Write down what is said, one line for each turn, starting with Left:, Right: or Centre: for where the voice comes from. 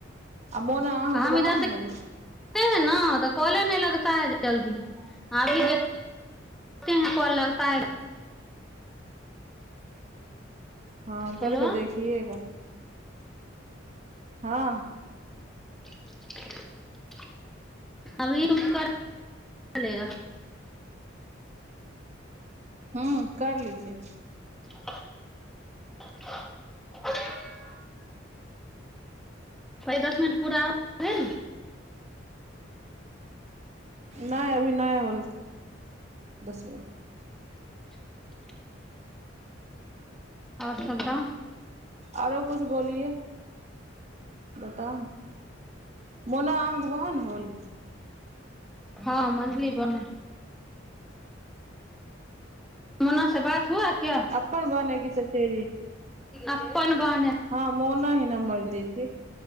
Right: आ मोना अहाँके
Centre: हम
Right: वहान
Centre: इधर से
Right: होल
Centre: ते हैं ना तऽ कॉले नहि लगता है जल्दी अभी देखे हैं कॉल लगता है
Right: हँ
Centre: हेलो
Right: करके देखिएगा हँ
Centre: <unintelligible> अभी उक चलेगा
Right: हू कर लीजे
Centre: ह दस मिनट पूरा ने
Right: नहि अभी नहि होल दस मिनट
Centre: <unintelligible> आओर सभ त
Right: आरो कुछ बोलिए बता मनो अहां कन हॉल
Centre: हँ मंदी पर मोना से बात हुआ क्या
Right: अपन बहन हैय की चचेरी
Centre: अपन बहन है
Right: हँ मोना ही नमर दी थी